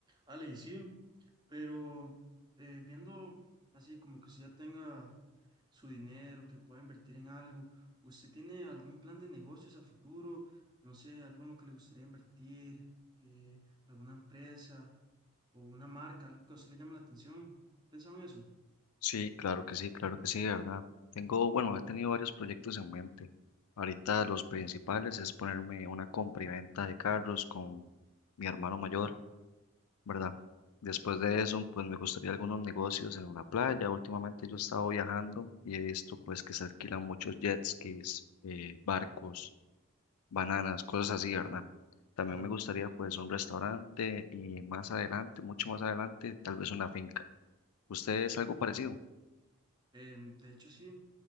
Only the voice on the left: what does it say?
Sí, claro que sí, claro que sí, de ¿verdad? Tengo, bueno, he tenido varios proyectos en mente. Ahorita los principales es ponerme una compra y venta de carros con mi hermano mayor, ¿verdad? Después de eso, pues me gustaría algunos negocios en una playa. Últimamente yo he estado viajando y he visto pues que se alquilan muchos jet skis, eh, barcos, bananas, cosas así, ¿verdad? También
me gustaría pues un restaurante y más adelante, mucho más adelante, tal vez una finca. ¿Usted es algo parecido?